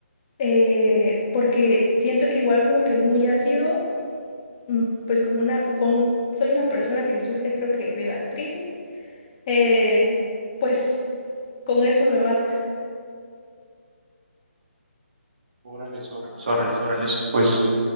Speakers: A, on the left (about 25°); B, on the right (about 40°).
A: eh, porque siento que igual como que muy ácido, mm, pues como una, con, soy una persona que sufre creo que de gastritis. Eh, pues con eso me basta.
B: Órales, órales, órales, órales. Pues